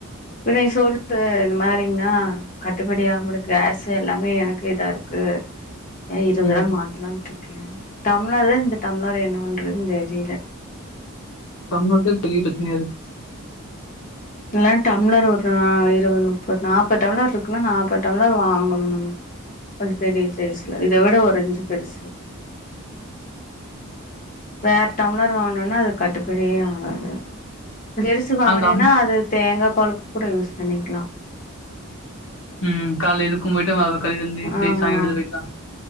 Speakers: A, on the left; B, on the left.
A: இப்ப நீ சொல்லு இந்த மாரிங்னா கட்டுபடி ஆக மாட்டிங்குது கேஸு எல்லாமே எனக்கு இதா இருக்கு ஏ இருவது
B: ம்.
A: ரூவான்னு மாத்துலான்ட்டு க்கு டம்ளரு இந்த டம்ளர் என்ன பண்றதுன்னு தெரில
B: டம்ளருக்கே பெரிய பிரச்சனையா இருக்
A: இல்லனா டம்ளர் ஒரு நா இருவது நுப்பது நாப்பது டம்ளர் இருக்குன்னா நாப்பது டம்ளர் வாங்கணு நம்ம கொஞ்ச பெரிய சைஸ்ல இத விட ஒரு இஞ்சு பெருசு வேற டம்ளர் வாங்குனோன்னா அது கட்டுபடியே ஆகாது <unintelligible> வாங்கினீனா
B: அங்க
A: அது தேங்கா பாலுக்கு கூட யூஸ் பண்ணிக்கலா.
B: ம் கால்ல இதுக்கும் போய்ட்டு ஆமா அங்க கடைல வந்து நிறுத்தி
A: ஆமா
B: சாயங்கால எடுத்துட்டு போயிக்கலா